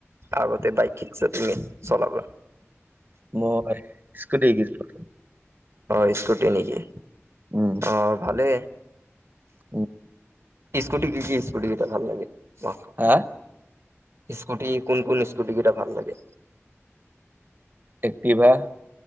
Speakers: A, on the right; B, on the right.
A: আগতে বাইক শিকছা তুমি চলাব।
B: মই স্কুটি শিকিছিলো।
A: আহ স্কুটি নেকি
B: উম
A: আহ ভালেই।
B: উম।
A: স্কুটি কি কি স্কুটি কিটা ভাল লাগে তোমাৰ?
B: হা?
A: স্কুটি কোন কোন স্কুটি কেইটা ভাল লাগে?
B: এক্টিভা।